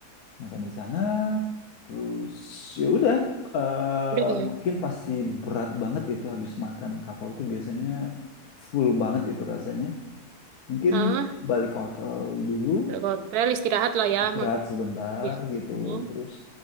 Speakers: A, on the left; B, on the right.
A: makan di sana terus ya udah eh,
B: udah ya.
A: mungkin pasti berat banget itu habis makan kapau itu biasanya full banget itu rasanya mungkin
B: Hah?
A: balik ke hotel dulu
B: Udah hotel istirahat lah ya.
A: istirahat
B: Ma-
A: sebentar
B: Habis
A: gitu
B: ini,
A: loh terus